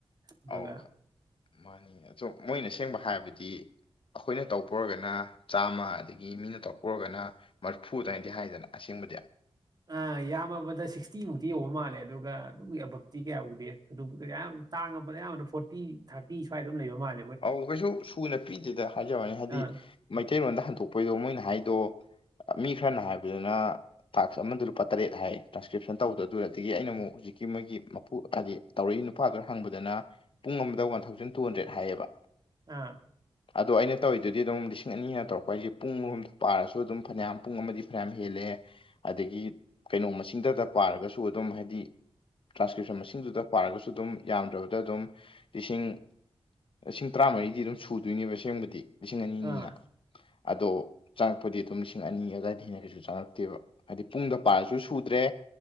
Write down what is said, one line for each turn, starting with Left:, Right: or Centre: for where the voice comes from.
Right: ꯑꯗꯨꯒ
Left: ꯑꯧ ꯃꯥꯅꯤ ꯑꯣ ꯃꯣꯏꯅ ꯑꯁꯦꯡꯕ ꯍꯥꯏꯕꯗꯤ ꯑꯩꯈꯣꯏꯅ ꯇꯧꯕ ꯑꯣꯏꯔꯒꯅ ꯆꯥꯝꯃ ꯑꯗꯒꯤ ꯃꯤꯅ ꯇꯧꯕ ꯑꯣꯏꯔꯒꯅ ꯃꯔꯔꯤꯐꯨ ꯑꯗꯨꯃꯥꯏꯅꯗꯤ ꯍꯥꯏꯗꯅ ꯑꯁꯦꯡꯕꯗꯤ
Right: ꯑ ꯌꯥꯃꯕꯗ ꯁꯤꯛꯁꯇꯤ ꯃꯨꯛ ꯇꯤ ꯌꯧꯕ ꯃꯥꯜꯂꯦ ꯑꯗꯨꯒ ꯑꯗꯨꯒꯤ ꯑꯕꯞꯇꯤ ꯀꯌꯥ ꯎꯗꯦ ꯑꯗꯨꯕꯨ ꯃꯌꯥꯝ ꯇꯥꯡꯉꯕꯗ ꯑꯌꯥꯝꯕꯅ ꯐꯣꯔꯇꯤ ꯊꯥꯔꯇꯤ ꯁ꯭ꯋꯥꯏꯗ ꯑꯗꯨꯝ ꯂꯩꯕ ꯃꯥꯂꯤ
Left: ꯑꯧ ꯀꯩꯁꯨꯝ ꯁꯨꯅ ꯄꯤꯗꯦꯗ ꯍꯥꯏꯖꯕ ꯋꯥꯅꯤ ꯍꯥꯏꯗꯤ
Right: ꯑꯥ
Left: ꯃꯩꯇꯩꯂꯣꯟꯗ ꯍꯟ ꯊꯣꯛꯄꯩꯗꯣ ꯃꯣꯏꯅ ꯍꯥꯏꯗꯣ ꯃꯤ ꯈꯔꯅ ꯍꯥꯏꯕꯗꯅ ꯊꯥꯛꯁ ꯑꯃꯗ ꯂꯨꯄꯥ ꯇꯔꯦꯠ ꯍꯥꯏ ꯇ꯭ꯔꯥꯟꯁꯀ꯭ꯔꯤꯞꯁꯟ ꯇꯧꯕꯗꯣ ꯑꯗꯨ ꯑꯗꯒꯤ ꯑꯩꯅ ꯑꯃꯨꯛ ꯍꯧꯖꯤꯛꯀꯤ ꯃꯣꯏꯒꯤ ꯃꯄꯨ ꯍꯥꯏꯗꯤ ꯇꯧꯔꯛꯏ ꯅꯨꯄꯥꯗꯨꯔ ꯍꯪꯕꯗꯅ ꯄꯨꯡ ꯑꯃꯗ ꯋꯥꯟ ꯊꯥꯎꯖꯟ ꯇꯨ ꯍꯟꯗ꯭ꯔꯦꯗ ꯍꯥꯏꯌꯦꯕ
Right: ꯑꯥ
Left: ꯑꯗꯣ ꯑꯩꯅ ꯇꯧꯔꯤꯗꯨꯗꯤ ꯑꯗꯨꯝ ꯂꯤꯁꯤꯡ ꯑꯅꯤ ꯍꯦꯅ ꯇꯧꯔꯛꯄ ꯍꯥꯏꯁꯦ ꯄꯨꯡꯔꯣꯝꯗ ꯄꯥꯔꯁꯨ ꯑꯗꯨꯝ ꯐꯅꯌꯥꯝ ꯄꯨꯡ ꯑꯃꯗꯤ ꯐꯅꯌꯥꯝ ꯍꯦꯜꯂꯦ ꯑꯦ ꯑꯗꯒꯤ ꯀꯩꯅꯣ ꯃꯁꯤꯡꯗꯗ ꯄꯥꯔꯒꯁꯨ ꯑꯗꯨꯝ ꯍꯥꯏꯗꯤ ꯇ꯭ꯔꯥꯟꯁꯀ꯭ꯔꯤꯞꯁꯟ ꯃꯁꯤꯡꯗꯨꯗ ꯄꯥꯔꯒꯁꯨ ꯑꯗꯨꯝ ꯌꯥꯝꯗ꯭ꯔꯕꯗ ꯑꯗꯨꯝ ꯂꯤꯁꯤꯡ ꯂꯤꯁꯤꯡ ꯇꯔꯥꯃꯔꯤꯗꯤ ꯑꯗꯨꯝ ꯁꯨꯗꯣꯏꯅꯦꯕ ꯑꯁꯦꯡꯕꯗꯤ ꯂꯤꯁꯤꯡ ꯑꯅꯤꯅꯤꯅ
Right: ꯑꯥ
Left: ꯑꯗꯣ ꯆꯪꯉꯛꯄꯗꯤ ꯑꯗꯨꯝ ꯂꯤꯁꯤꯡ ꯑꯅꯤ ꯑꯗꯨꯋꯥꯏꯗꯒꯤ ꯍꯦꯟꯅ ꯀꯩꯁꯨ ꯆꯪꯉꯛꯇꯦꯕ ꯍꯥꯏꯗꯤ ꯄꯨꯡꯗ ꯄꯥꯔꯁꯨ ꯁꯨꯗ꯭ꯔꯦ